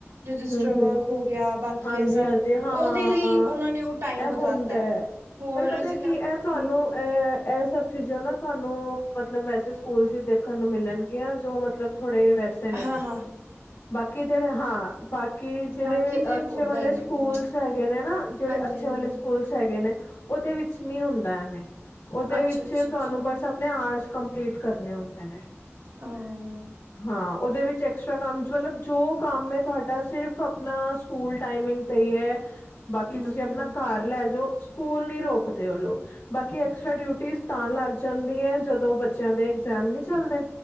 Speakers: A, on the right; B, on the left.
A: ਰਜਿਸਟਰ
B: ਹੂੰ ਹੂੰ
A: ਵਰਕ ਹੋ ਗਿਆ ਬਾਕੀ
B: ਹਾਂਜੀ
A: ਇਹ ਸਭ
B: ਹਾਂਜੀ ਹਾਂ
A: ਉਹਦੇ ਲਈ ਉਹਨਾਂ ਨੇ ਟਾਈਮ
B: ਇਹ
A: ਵਧਾਤਾ
B: ਹੁੰਦਾ ਹੈ
A: ਹੋਰ
B: ਪਰ ਪਤਾ
A: ਜਿੱਦਾਂ
B: ਕੀ ਇਹ ਤੁਹਾਨੂੰ
A: ਹਮ
B: ਐ ਇਹ ਸਭ ਚੀਜ਼ਾਂ ਨਾ ਤੁਹਾਨੂੰ ਮਤਲਬ ਵੈਸੇ ਸਕੂਲ ਚ ਦੇਖਣ ਨੂੰ ਮਿਲਣਗੀਆਂ ਜੋ ਮਤਲਬ ਥੋੜੇ ਵੈਸੇ ਨੇ
A: ਹਾਂ-ਹਾਂ।
B: ਬਾਕੀ ਜਿਹੜੇ ਹਾਂ ਬਾਕੀ ਜਿਹੜੇ
A: ਬਾਕੀ ਤੇ
B: ਅੱਛੇ
A: ਓਦਾਂ
B: ਵਾਲੇ
A: ਹੀ
B: ਸਕੂਲ
A: ਹੈ ਹਮ
B: ਹੈਗੇ ਨੇ ਨਾ ਜਿਹੜੇ
A: ਹਾਂਜੀ
B: ਅੱਛੇ
A: ਹਾਂਜੀ
B: ਵਾਲੇ ਸਕੂਲਸ ਹੈਗੇ ਨੇ ਉਹਦੇ ਵਿੱਚ ਨੀ ਹੁੰਦਾ ਐਵੇਂ ਉਹਦੇ
A: ਅੱਛਾ
B: ਵਿੱਚ
A: ਅੱਛਾ
B: ਤੁਹਾਨੂੰ
A: ਅੱਛਾ
B: ਬਸ ਆਪਣੇ ਆਰਸ ਕੰਪਲੀਟ ਕਰਨੇ ਹੁੰਦੇ ਨੇ।
A: ਹਾਂ।
B: ਹਾਂ, ਉਹਦੇ ਵਿੱਚ ਐਕਸਟਰਾ ਕੰਮ ਚੇ ਮਤਲਬ ਜੋ ਕੰਮ ਹੈ ਤੁਹਾਡਾ ਸਿਰਫ਼ ਆਪਣਾ ਸਕੂਲ ਟਾਈਮਿੰਗ ਤੇ ਹੀ ਹੈ। ਬਾਕੀ
A: ਹਮ
B: ਤੁਸੀਂ
A: ਹਮ
B: ਆਪਣਾ ਘਰ ਲੈ ਜਾਓ ਸਕੂਲ ਨੀ ਰੋਕਦੇ ਉਹ ਲੋਕ ਬਾਕੀ ਐਕਸਟਰਾ ਡਿਊਟੀਜ਼ ਤਾਂ ਲੱਗ ਜਾਂਦੀ ਹੈ ਜਦੋਂ ਬੱਚਿਆਂ ਦੇ ਇਗਜ਼ਾਮ ਨਹੀਂ ਚੱਲਦੇ